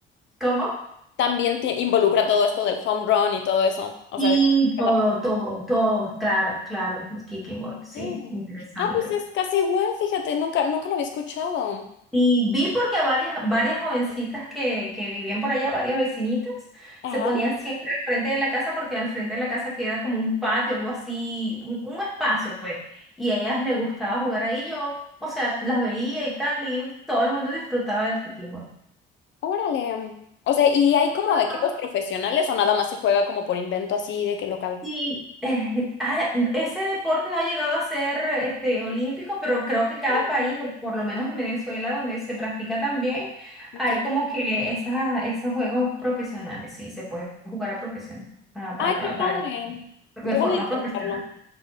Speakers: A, in the centre; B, on the left (about 65°).
A: ¿Cómo?
B: también tie- involucra todo esto del home run y todo eso. O
A: Sí,
B: sea, de que sacas
A: todo,
B: la pelota.
A: todo, todo, claro, claro, el kicking ball, sí,
B: Sí.
A: interesante.
B: Ah, pues es casi igual, fíjate, nunca, nunca lo había escuchado.
A: Y vi porque a varias, varias jovencitas que, que vivían por allá, varias vecinitas,
B: Ajá,
A: se ponían siempre al frente de la casa porque al frente de la casa queda como un patio, algo así, un, un espacio, pues. Y a ellas les gustaba jugar ahí, yo, o sea, las veía y tal, y todo el mundo disfrutaba del kicking ball.
B: órale. O sea, ¿y hay como
A: Ajá.
B: equipos profesionales o nada más se juega como por invento así de que local?
A: Sí, eh, <laughs> ah, ese deporte no ha llegado a ser este, olímpico, pero creo que cada
B: Órale.
A: país, o por lo menos en Venezuela, donde se practica también,
B: Ok.
A: hay como que esas, esos juegos profesionales, sí, se puede jugar a profesión, ah, para,
B: Ay,
A: para,
B: qué padre.
A: para-
B: Debo
A: de forma
B: de intentarlo.
A: profesional.